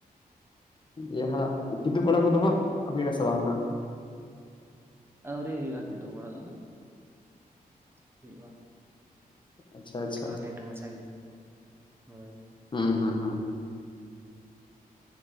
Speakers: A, on the left; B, on the right.
A: ᱡᱟᱦᱟᱸ ᱠᱤᱫᱩᱵ ᱵᱟᱲᱟ ᱠᱚᱫᱚ ᱦᱟᱸᱜ ᱦᱩᱭᱱᱟ ᱥᱮ ᱵᱟᱝ ᱦᱟᱸᱜ?
B: ᱟᱹᱣᱨᱤ ᱦᱩᱭᱩᱜᱼᱟ ᱠᱤᱫᱩᱵ ᱵᱟᱲᱟ ᱫᱚ ᱦᱟᱸᱜ ᱦᱩᱭᱩᱜᱼᱟ᱾
A: ᱟᱪᱪᱷᱟ ᱟᱪᱪᱷᱟ
B: ᱛᱷᱚᱲᱟ ᱞᱮᱴ ᱢᱟᱪᱷᱟ ᱜᱮ ᱦᱳᱭ
A: ᱦᱩᱸ ᱦᱩᱸ ᱦᱩᱸ᱾